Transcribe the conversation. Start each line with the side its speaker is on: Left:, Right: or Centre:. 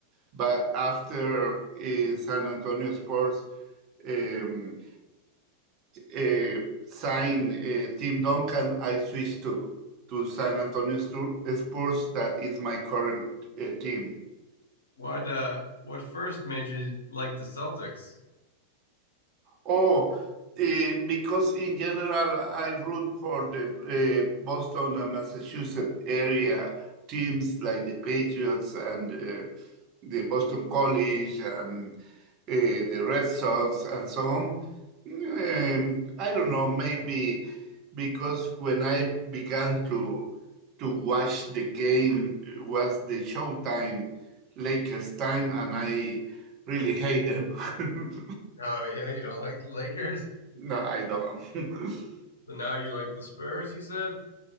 Right: but after eh, San Antonio Spurs um, eh, signed eh, Tim Duncan, I switched to to San Antonio Stu- Spurs. That is my current eh, team.
Left: What uh what first made you like the Celtics?
Right: Oh, eh, because in general, I root for the uh, Boston and Massachusetts area teams like the Patriots and uh, the Boston College and uh, the Red Sox and so on. Um, I don't know, maybe because when I began to to watch the game it was the Showtime Lakers time, and I really hate them. <laughs>
Left: Oh yeah, you don't like the Lakers?
Right: No, I don't. <laughs>
Left: But now you like the Spurs, you said?